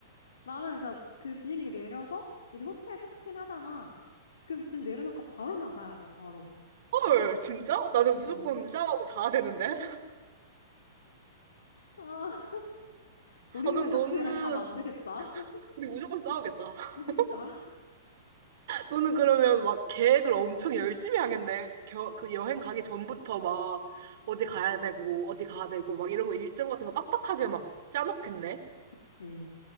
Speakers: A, on the left (about 85°); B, on the right (about 60°).
A: 나는 진짜 그 비행기 내려서 이제 호텔 체크인 하잖아. 그럼 짐 내려놓고 바로 나가야 돼, 바로.
B: 헐, 진짜? 나는 무조건
A: 어. 아,
B: 샤워하고 자야 되는데?
A: <laughs>
B: 아,
A: 우리는
B: 그럼
A: 같이
B: 너는,
A: 여행 가면 안 되겠다. <laughs>
B: 우리 무조건 싸우겠다. <laughs>
A: 그니까.
B: 너는 그러면 막 계획을 엄청 열심히 하겠네. 겨, 그 여행 가기 전부터 막 어디 가야 되고, 어디 가야 되고, 막 이런 거 일정 같은 거 빡빡하게 막 짜놓겠네.
A: 그치.